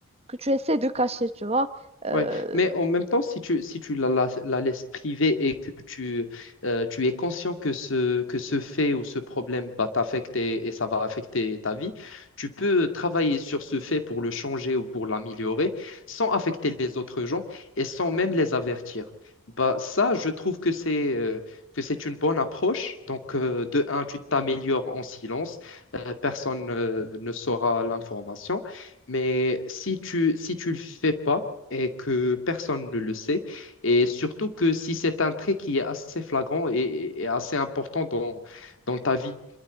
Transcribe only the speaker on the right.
que tu essaies de cacher, tu vois. Euh,